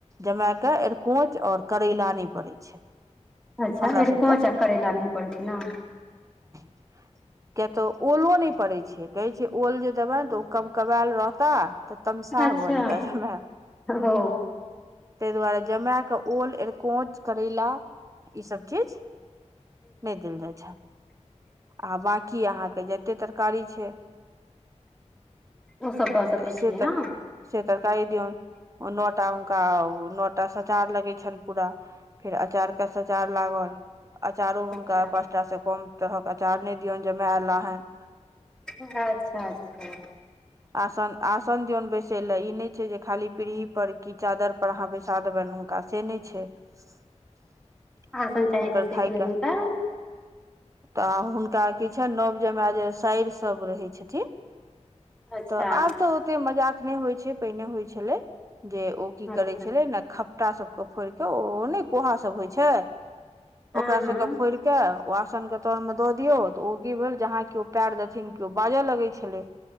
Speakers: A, on the right; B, in the centre.
A: जमाायके अरकोच आ करैला नहि पड़ै छै
B: अच्छा
A: हमरा
B: आरकोच
A: सबके
B: आ करैला नहि पड़ै छै
A: <inaudible> कियाक तऽ ओलो नहि पड़ैत छै कहै छै ओल जे देबै तऽ ओ कबकबायल रहताह तमसाह
B: अच्छा
A: भ जेता जमाय
B: ओ
A: तेय दुयारे जमाय के ओल कोच करैला ई सब चीज नहि देल जाय छै आ बकी की अहांके जते तरकारी छै
B: ओसभ दऽ सकै
A: स
B: छियै
A: तर
B: ने
A: स तरकारी दिओन नौटा हुनका नओ टा सचार लगै छनि पूरा फेर अचार के सचार लागल अचारो हुनका
B: अच्छा
A: पाँचटासँ कम तरहक अँचार नहि दियौनि जमााय अयला हन
B: अच्छा अच्छा
A: आसन आसन दियौन बैसे ले इ ने छै जे खाली पीढ़ी पर की चादर पर अहाँ बैसा देबनि हुनका आ से नहि छै हुनकर
B: आसन चाही बैसयके
A: खाय
B: लेल
A: कऽ
B: हुनका
A: तऽ हुनका की छ नव जमााय जे साइर सब रहै छथिन
B: अच्छा
A: तऽ आब तऽ ओतेक मजाक नहि होइत छै पहिने होइत छलै जे ओ की
B: अच्छा
A: करै छलै ने खपटासभके फोड़ि कऽ ओ नहि कोहासभ होइत छै
B: हँ
A: ओकरा
B: हँ
A: सबके फोड़ि क ओ आसन के तर मे दऽ दियौ तऽ ओ की भेल जहाँ केओ पयर देथिन केओ बाजय लगै छले